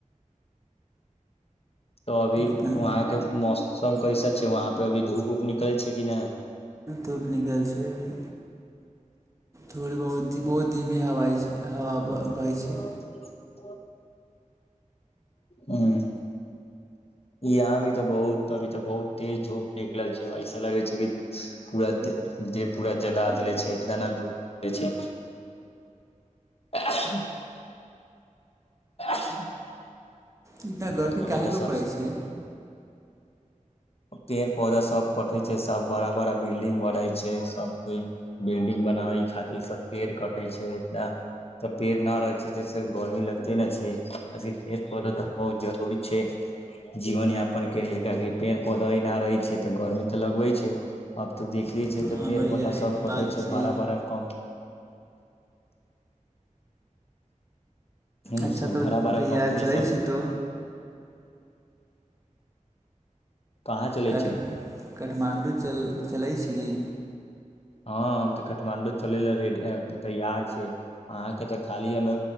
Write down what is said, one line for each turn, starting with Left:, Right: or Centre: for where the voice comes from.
Left: तऽ अभी
Right: इतना
Left: वहााँके मस सब कैसा छै वहाँ पे अभी धूप उप निकलै छै कि नहि
Right: धूप निकल छै अभी थोड़ी बहुत बहुत धीमी हवा हवा बहै
Left: <unintelligible>
Right: छै
Left: ह ह यहाँ भी तऽ बहुत अभी तऽ बहुत तेज धूप निकलल छै ऐसा लगै छै कि पूरा दे देह पूरा जला देले छै इतना ने धूपै छै <inaudible>
Right: इतना गर्बी
Left: हमरा
Right: कहाहेके
Left: तऽ सब
Right: पड़ै छै
Left: पेड़ पौधा सब कटे छै सब बड़ा बड़ा बिल्डिंग बनै छै सब कोइ बिल्डिंग बनाबै खातिर सब पेड़ कटे छै इना त पेड़ न रहै छै जस गर्मी लगते ने छै पेड़ पौधा तऽ बहुत जरूरी छै जीवन यापन के लिए ककि पेड़ पौधा एना रहै छै तऽ गर्मी तऽ लगबे छै अब तऽ देखले
Right: हँ
Left: छै त पेड़
Right: भैया
Left: पौ्ता सब
Right: ई तऽ
Left: कटे
Right: बात
Left: छै
Right: छी
Left: बड़ा बड़ा कम ह
Right: अच्छा
Left: सभ
Right: तऽ
Left: बड़ा बड़ा
Right: भैया
Left: कम्पनी
Right: चलै
Left: सब
Right: छी तो
Left: कहाँ चलै
Right: कट
Left: छै
Right: काठमाण्डू चल चलैत छै की
Left: हाँ हम तऽ काठमांडू चलै लाए रेडी ऐं तैयार छै अहाँके तऽ खाली हमे